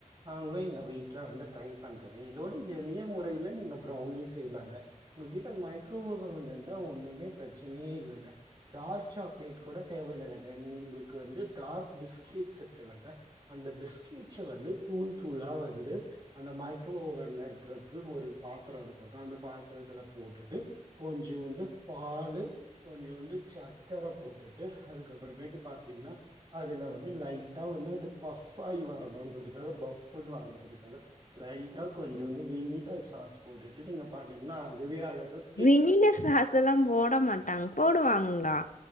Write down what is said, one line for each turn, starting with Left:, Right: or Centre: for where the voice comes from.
Right: நாங்ளு எங்க வீட்ல வந்து ட்ரைப் பண்றோங்க இதோட எளிய முறைல நீங்க பிரௌனி செய்லாங்க உங்ககிட்ட மைக்ரோவேவன்ருந்தா ஒன்னுமே பிரச்சனையே இல்லங்க டார்க் சாக்லேட் கூட தேவல்லலங்க உங்குள்க்கு வந்து டார்க் பிஸ்கேட்ஸ் இருக்குலங்க அந்த பிஸ்கேட்ஸ வந்து தூள் தூளா வந்து அந்த மைக்ரோ ஓவன்ல இருக்றக் குன் ஒரு பாத்ரோ இருக்குது அந்த பாத்ரத்துலப் போட்டுட்டு கொஞ்சூண்டுப் பாலு கொஞ்சூண்டு சக்கரப் போட்டுட்டு அதுக்கப்பறமேட்டு பாத்தீங்னா அதுல வந்து லைட்டா வந்து அது பஃப்பாயி வரணுன்றதுக்காக பஃப்புனு வரன்றதுக்காக லைட்டா கொஞ்சூண்டு வினிகர் சாஸ் போட்டுட்டு நீங்க பண்ணீங்னா அதுவே அழகாக்
Left: வினிலர் சாஸ்சுலாம் போட மாட்டாங்க போடுவாங்ளா